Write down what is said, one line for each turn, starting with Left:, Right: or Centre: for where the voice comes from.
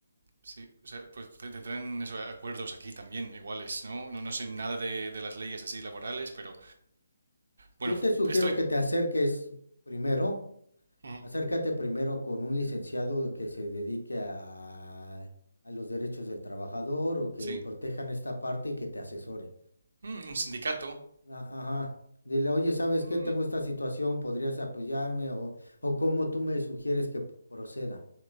Right: sí. O sea, pues te- tendrán esos acuerdos aquí también, iguales, ¿no? No, no sé nada de, de las leyes así laborales, pero bueno,
Left: Yo te sugiero
Right: estoy...
Left: que te acerques primero
Right: ujú,
Left: Acércate primero con un licenciado que se dedique a, a los derechos del trabajador o que
Right: sí.
Left: protejan esta parte y que te asesore.
Right: Mm, un sindicato.
Left: A- Ajá. Dile, oye, ¿sabes qué?
Right: mm,
Left: Tengo esta situación, ¿podrías apoyarme? O, o cómo tú me sugieres que proceda.